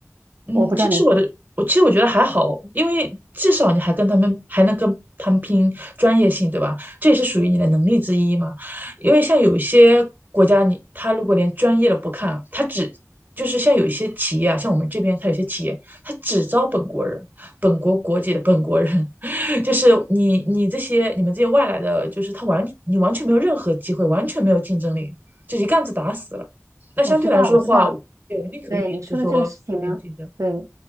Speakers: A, on the right; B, on the right.
A: 嗯，
B: 我不知道你，
A: 其实。我其实我觉得还好，因为至少你还跟他们还能跟他们拼专业性，对吧？这也是属于你的能力之一嘛。因为像有一些国家你，他如果连专业的不看，他只就是像有一些企业啊，像我们这边，他有些企业他只招本国人、本国国籍的本国人，<laughs> 就是你你这些你们这些外来的，就是他完你完全没有任何机会，完全没有竞争力，就一竿子打死了。那相对来说的话，
B: 我知道，我知道。
A: 对我宁可愿意就说这边竞争。
B: 对你说的这个事情呢，对，